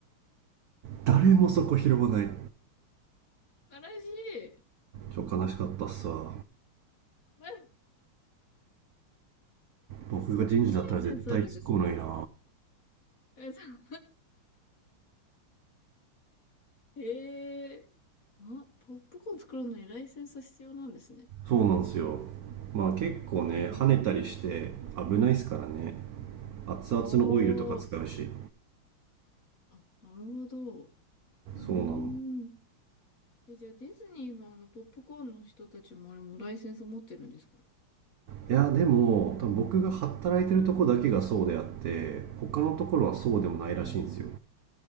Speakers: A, on the right; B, on the left.
A: 誰もそこ拾わない
B: 悲しい。
A: 今日悲しかったっすわ
B: あ
A: 僕が人事だったら絶対突っ込むのにな
B: え、そんなライセンスあるんですかえ、そうええあ、ポップコーン作るのにライセンス必要なんですね。
A: そうなんですよ。まあ結構ね、
B: ええ
A: 跳ねたりして危ないですからね。熱々のオイルとか使うし。
B: ああ、あ、なるほど。うーん。
A: そうなの。
B: え、じゃあディズニーのあの、ポップコーンの人たちもあれもライセンス持ってるんですかね。
A: いや、でも、多分僕が働いてるとこだけがそうであって、他のところはそうでもないらしいんですよ。
B: うーん、